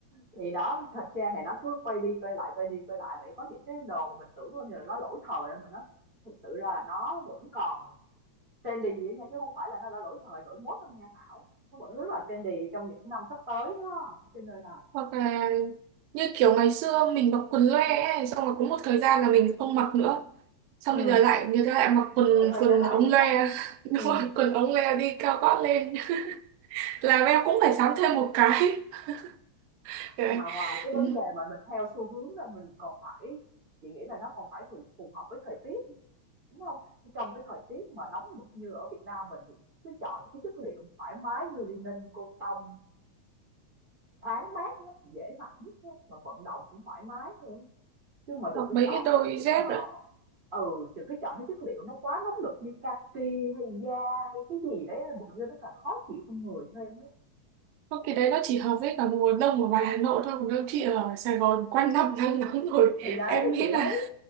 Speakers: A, on the right; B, on the right.
A: Thì đó thời trang này nó cứ quay đi quay lại quay đi quay lại vậy có những cái đồ mà mình tưởng như là nó lỗi thời mà nó thực sự ra là nó vẫn còn trendy đó nha chứ không phải là nó đã lỗi thời lỗi mốt đâu nha Thảo nó vẫn rất là trendy trong những năm sắp tới đó cho nên là
B: hoặc là như kiểu ngày xưa mình mặc quần loe ấy, xong rồi có một thời gian là mình không mặc nữa xong
A: Ừ.
B: bây giờ lại người ta lại mặc quần
A: nó lại quay
B: quần
A: trở lại
B: ống
A: đúng
B: loe
A: không
B: <laughs> đúng
A: Ừ.
B: rồi quần ống loe đi cao gót lên <laughs> làm em cũng phải sắm thêm một cái <laughs> Đấy.
A: mà ngoài cái vấn
B: Ừ.
A: đề mà mình theo xu hướng ra mình còn phải chị nghĩ là nó còn phải phù phù hợp với thời tiết đúng không trong cái thời tiết mà nóng bực như ở Việt Nam mình thì cứ chọn những cái chất liệu thoải mái như linen cotton thoáng mát á, dễ mặc nhất á, mà vận động cũng thoải mái nữa chứ mà đừng
B: hoặc
A: có
B: mấy
A: chọn
B: cái đôi
A: cái kiểu
B: dép
A: mà ừ đừng có chọn cái chất liệu nó quá nóng nực như kaki hay da hay cái gì đấy bụng vô nó càng khó chịu trong người thêm á
B: Không, cái đấy nó chỉ hợp với cả mùa đông ở ngoài Hà Nội thôi còn đâu chị ở Sài Gòn quanh năm nắng nóng rồi
A: thì đấy
B: em nghĩ
A: từ
B: là
A: đấy